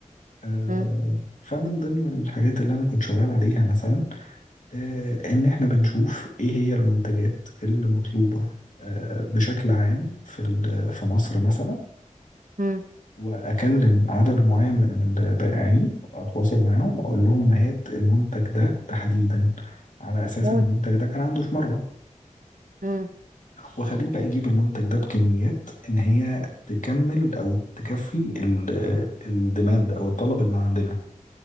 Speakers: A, on the left; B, on the right.
A: آه،
B: مم.
A: فمن ضمن الحاجات اللي أنا كنت شغال عليها مثلا آه، إن إحنا بنشوف إيه هي المنتجات اللي مطلوبة آه، بشكل عام في ال- في مصر مثلا
B: مم.
A: واكلم عدد معين من البائعين واتواصل معاهم اقول لهم هات المنتج ده تحديدا على اساس
B: هو
A: ان المنتج
B: ده.
A: ده كان عنده في مره
B: مم.
A: واخليه بقى يجيب المنتج ده بكميات ان هي تكمل او تكفي الديماند او الطلب اللي عندنا